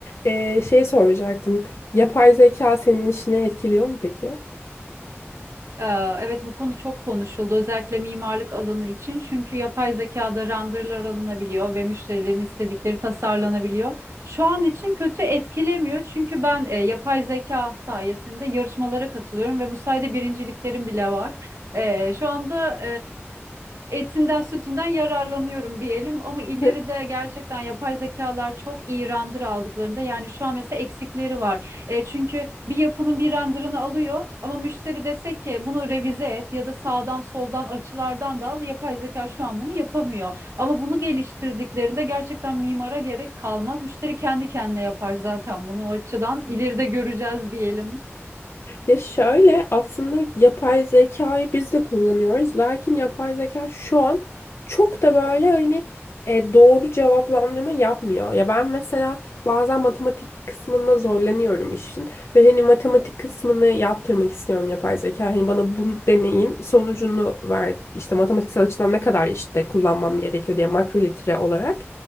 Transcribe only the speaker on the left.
Ee, şey soracaktım. Yapay zeka senin işini etkiliyor mu peki?
<laughs>
Ya şöyle aslında yapay zekayı biz de kullanıyoruz. Lakin yapay zeka şu an çok da böyle hani e, doğru cevaplandırma yapmıyor. Ya ben mesela bazen matematik kısmında zorlanıyorum işin. Ve hani matematik kısmını yaptırmak istiyorum yapay zeka. Hani bana bu deneyin sonucunu ver. İşte matematiksel açıdan ne kadar işte kullanmam gerekiyor diye makrolitre olarak.